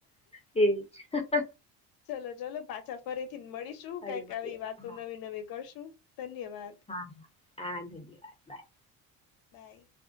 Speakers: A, on the left; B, on the left.
A: એ છે.
B: ચલો ચલો પાછા ફરીથી, મળીશું
A: ફરી
B: કઈક
A: મળીએ
B: આવી વાતો
A: હા
B: નવી નવી કરશું ધન્યવાદ
A: હા, હા તમે ધન્યવાદ બાય
B: બાય